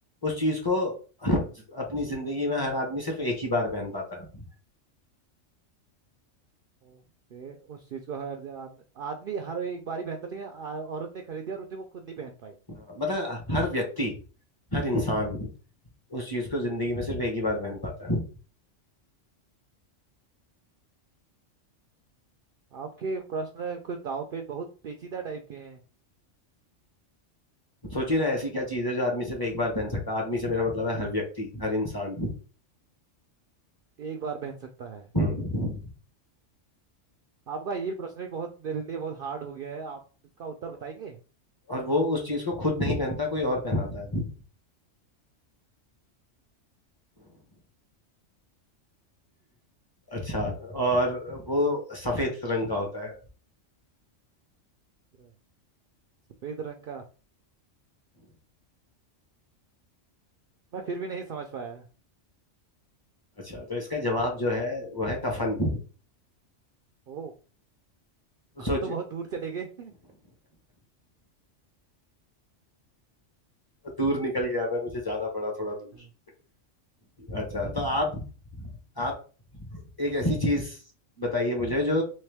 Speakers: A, on the left; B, on the right.
A: उस चीज को अपनी जिंदगी में हर आदमी सिर्फ एक ही बार पहन पाता है
B: ओके उस चीज को हर जान- आदमी हर एक बारी पहनता लेकिन आ- औरत ने खरीदी और उसने वो खुद नहीं पहन पाई
A: हाँ, मतलब हर व्यक्ति हर इंसान उस चीज को जिंदगी में सिर्फ एक ही बार पहन पाता है
B: आपके प्रश्न कुछ दाव पे बहुत पेचीदा टाइप के हैं
A: सोचिए ना ऐसी क्या चीज है जो आदमी सिर्फ एक बार पहन सकता है आदमी से मेरा मतलब है हर व्यक्ति हर इंसान
B: एक बार पहन सकता है
A: और
B: आपका ये प्रश्न भी बहुत मेरे लिए बहुत हार्ड हो गया है आप इसका उत्तर बताएंगे
A: वो उस चीज को खुद नहीं पहनता कोई और पहनाता है अच्छा और वो सफेद रंग का होता है
B: क्या? सफेद रंग का मैं फिर भी नहीं समझ पाया
A: अच्छा तो इसका जवाब जो है वो है कफन
B: ओ आप
A: सोच
B: तो बहुत
A: <laughs>
B: दूर चले गए
A: दूर निकल
B: हम्म।
A: गया मैं मुझे जाना पड़ा थोड़ा दूर
B: हम्म।
A: अच्छा तो आप आप एक ऐसी चीज बताइए मुझे जो